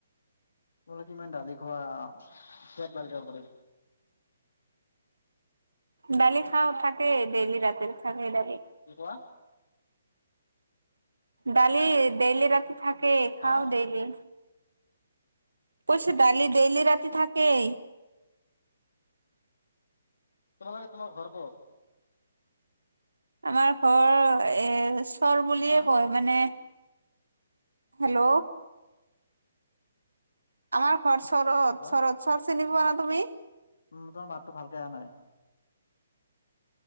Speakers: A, on the left; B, on the right.
A: তোমালোকে ইমান দালি খোৱা ফেট বাঢ়ি যাব দেই।
B: দালি খাওঁ থাকেই দেইলি ৰাতি থাকে দালি।
A: কি খোৱা।
B: দালি ডেইলি ৰাতি থাকেই খাওঁ
A: হা
B: ডেইলি। কৈছো দালি
A: হেল্ল'
B: ডেইলি ৰাতি থাকেই।
A: তোমালোকে তোমাৰ ঘৰ ক'ত?
B: আমাৰ ঘৰ এ চৰ বুলিয়ে
A: হা
B: কয় মানে হেল্ল'।
A: কি ক'লা?
B: আমাৰ ঘৰ চৰত
A: হেল্ল'
B: চৰত চৰ চিনি পোৱা নে তুমি।
A: উম তোমাৰ মাততো ভালকে অহা নাই।